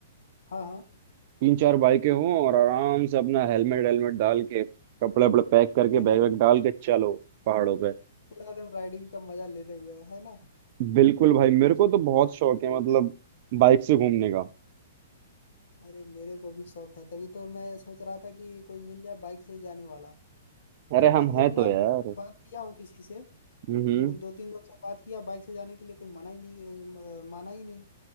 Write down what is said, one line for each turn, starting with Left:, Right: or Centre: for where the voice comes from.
Left: हाँ हाँ
Right: तीन चार बाइकें हों और आराम से अपना हेलमेट हेलमेट डाल के कपड़े वपड़े पैक करके
Left: <laughs>
Right: बैग वैग डाल के चलो पहाड़ों पे
Left: पूरा एकदम राइडिंग का मजा लेते हुए है ना
Right: बिल्कुल भाई मेरे को तो बहुत शौक है मतलब बाइक से घूमने का
Left: अरे मेरे को भी शौक है तभी तो मैं सोच रहा था कि कोई मिल जाए बाइक से ही जाने वाला क्योंकि
Right: अरे
Left: बहुत
Right: हम
Left: लोग
Right: है
Left: ना
Right: तो यार
Left: बात किया हूँ किसी से
Right: हम्म
Left: म, दो तीन लोग से बात किया बाइक से जाने के लिए कोई मना ही नहीं अ, माना ही नहीं